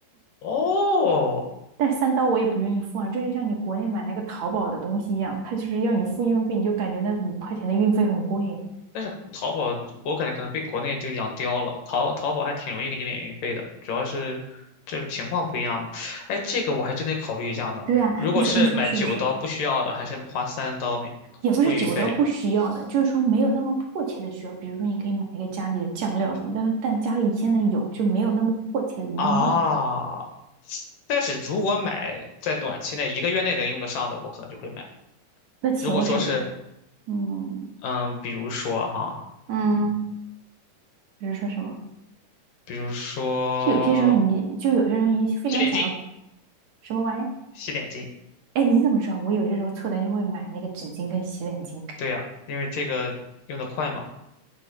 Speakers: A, on the left (about 75°); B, on the right (about 60°).
A: 哦，
B: 但三刀我也不愿意付啊，这就像你国内买那个淘宝的东西一样，它就是要你付运费，你就感觉那五块钱的运费很贵呀。
A: 但是淘宝我感觉可能被国内这个养刁了，淘淘宝还挺容易给你免运费的，主要是这情况不一样嘛。哎，这个我还真得考虑一下呢。
B: 对啊，
A: 如果是买九刀不需要的，
B: 你说你说是不是？
A: 还是花三刀免
B: 也不是九刀不需要的，
A: 付运费
B: 就是说没有那么迫切的需要。比如说，你可以买一个家里的酱料什么，但是但家里现在有，就没有那么迫切的一定要
A: 啊？但是如果买在短期内一个月内能用得上的，我可能就会买。
B: 那请问什么？
A: 如果说是
B: 嗯
A: 嗯，比如说哈，
B: 嗯，
A: 嗯，
B: 就是说什么？
A: 比如说
B: 就有些时候你就有些时候你非常想要
A: 洗脸巾，
B: 什么玩意儿？
A: 洗脸巾，
B: 哎，你怎么知道？我有些时候凑单就会买那个纸巾跟洗脸巾。
A: 对呀，因为这个用得快嘛。